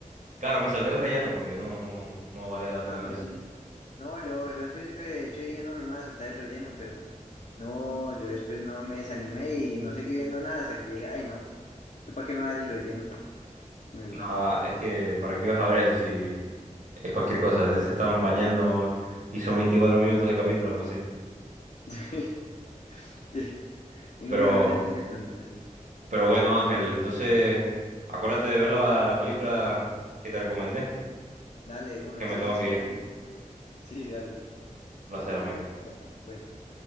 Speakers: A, on the right; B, on the left.
A: Claro, me salté el relleno porque no, no, no valía la pena
B: Ah,
A: ver
B: pues
A: eso.
B: sí. No, yo, yo al principio de hecho dije, no, no me voy a saltar el relleno, pero no, yo después no me desanimé y no seguí viendo nada hasta que yo dije, ay, no, ¿yo para qué me va a ver el relleno? Me lo salté.
A: Ah, es que, ¿para qué ibas a ver eso si es cualquier cosa? Se, se estaban bañando y son 24 minutos de capítulo o algo así.
B: <laughs> Sí. Y no,
A: Pero,
B: y uno ya se desconecta, sí.
A: pero bueno, Ángel, entonces acuérdate de ver la, la película que te recomendé,
B: Dale, una,
A: que me
B: sí,
A: tengo
B: sí,
A: que
B: sí,
A: ir.
B: lo siento. Sí, dale,
A: Un placer,
B: dale.
A: amigo.
B: ahí ya. Bueno.